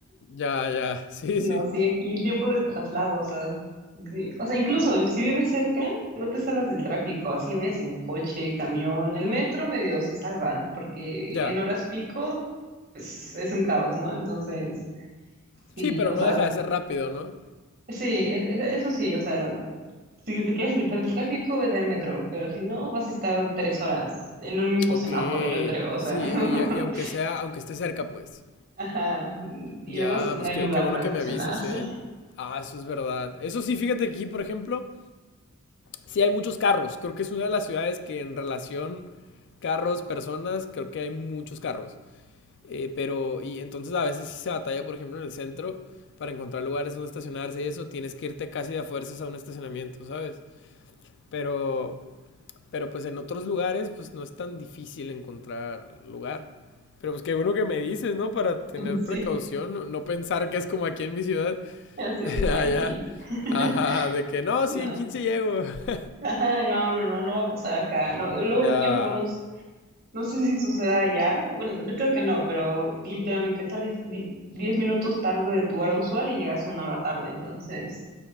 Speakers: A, on the left; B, on the right.
A: Ya, ya, <laughs> sí,
B: No,
A: sí,
B: sí, aquí tiempo de traslado, o sea, de- o sea, incluso si vives cerca, no te salvas del tráfico, así vayas en coche, camión, el metro medio se salva, porque
A: ya.
B: en horas pico, pues es un caos, ¿no? Entonces, sí,
A: Sí, pero
B: o
A: no
B: sea,
A: deja de ser rápido, ¿no?
B: sí, e- e- eso sí, o sea, si te quieres evitar el tráfico, vete en metro, pero si no, vas a estar tres horas en un mismo
A: Ok,
B: semáforo, yo creo, o
A: sí,
B: sea, <laughs>
A: y, y aunque sea, aunque esté cerca, pues.
B: ajá, y
A: Ya,
B: luego si-
A: pues
B: no hay
A: qué,
B: lugar
A: qué bueno
B: para
A: que
B: estacionarse,
A: me avisas, ¿eh? Ah, eso es verdad. Eso sí, fíjate que aquí, por ejemplo, sí hay muchos carros. Creo que es una de las ciudades que en relación carros, personas, creo que hay muchos carros. Eh, pero, y entonces a veces sí se batalla, por ejemplo, en el centro, para encontrar lugares donde estacionarse y eso, tienes que irte casi de a fuerzas a un estacionamiento, ¿sabes? Pero, Pero pues en otros lugares pues no es tan difícil encontrar lugar. Pero pues qué bueno que me dices, ¿no? Para
B: <laughs>
A: tener
B: sí,
A: precaución, no, no pensar que es como aquí en mi ciudad,
B: así
A: <laughs>
B: de tranqui.
A: allá,
B: <laughs>
A: ajá, de que no,
B: No,
A: sí, en quince llego. <laughs>
B: ajá, no, no, no, no va a pasar acá. No, luego
A: Ya,
B: el tiempo no, s- no sé si suceda allá. Bueno, yo creo que no, pero literalmente sales di- 10 minutos tarde de tu hora usual y llegas una hora tarde. Entonces,